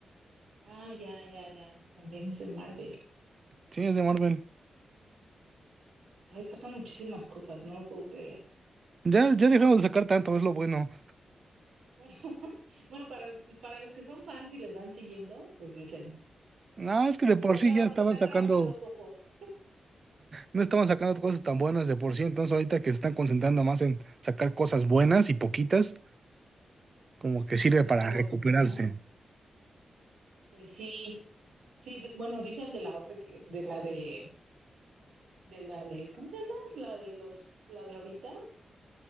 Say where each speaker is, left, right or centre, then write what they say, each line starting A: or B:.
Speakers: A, on the right; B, on the right.
A: Ah, ya, ya, ya. También es en Marvel.
B: Sí, es de Marvel.
A: Ay, sacan muchísimas cosas, no lo puedo creer.
B: Ya, ya dejaron de sacar tanto, es lo bueno.
A: Bueno, <laughs> bueno, para, para los que son fans y les van siguiendo, pues dicen,
B: No, es que de
A: están,
B: por sí
A: traba-
B: ya estaban
A: están
B: sacando,
A: trabajando poco,
B: no estaban sacando cosas tan buenas de por sí, entonces ahorita que se están concentrando más en sacar cosas buenas y poquitas, como que sirve
A: pues mejor,
B: para recuperarse.
A: ¿no? Pues sí. Sí, di- bueno, dicen de la otra que, de la de de la de, ¿cómo se llama? La de los, la de ahorita,